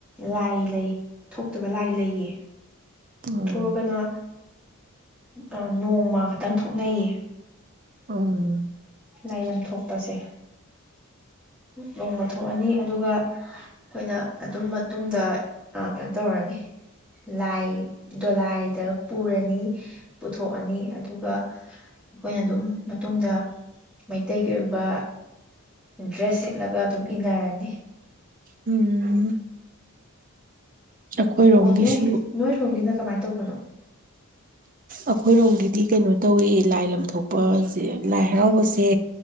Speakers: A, in the centre; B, on the right.
A: ꯂꯥꯏ ꯂꯩ ꯊꯣꯛꯇꯕ ꯂꯥꯏ ꯂꯩꯌꯦ
B: ꯎꯝ
A: ꯊꯣꯛꯑꯒꯅ ꯑ ꯅꯣꯡꯃ ꯈꯇꯪ ꯊꯣꯛꯅꯩꯌꯦ
B: ꯑꯪ
A: ꯂꯥꯏ ꯂꯝ ꯊꯣꯛꯄꯁꯦ ꯅꯣꯡꯃ ꯊꯣꯛꯑꯅꯤ ꯑꯗꯨꯒ ꯑꯩꯈꯣꯏꯅ ꯑꯗꯨꯝ ꯃꯇꯨꯡꯗ ꯑ ꯀꯩꯅꯣ ꯇꯧꯔꯅꯤ ꯂꯥꯏ ꯗꯣꯂꯥꯏꯗ ꯄꯨꯔꯅꯤ ꯄꯨꯊꯣꯛꯑꯅꯤ ꯑꯗꯨꯒ ꯑꯩꯈꯣꯏꯅ ꯑꯗꯨꯝ ꯃꯇꯨꯡꯗ ꯃꯩꯇꯩꯒꯤ ꯑꯣꯏꯕ ꯗ꯭ꯔꯦꯁ ꯁꯦꯠꯂꯒ ꯑꯗꯨꯝ ꯏꯟꯅꯔꯅꯤ
B: ꯎꯝ ꯑꯩꯈꯣꯏꯔꯣꯝꯒꯤꯁꯨ
A: ꯑꯣ ꯅꯣꯏ ꯅꯣꯏꯔꯣꯝꯒꯤꯅ ꯀꯃꯥꯏ ꯇꯧꯕꯅꯣ
B: ꯑꯈꯣꯏꯔꯣꯝꯒꯤꯗꯤ ꯀꯩꯅꯣ ꯇꯧꯋꯦ ꯂꯥꯏ ꯂꯝ ꯊꯣꯛꯄ ꯂꯥꯏ ꯍꯔꯥꯎꯕꯁꯦ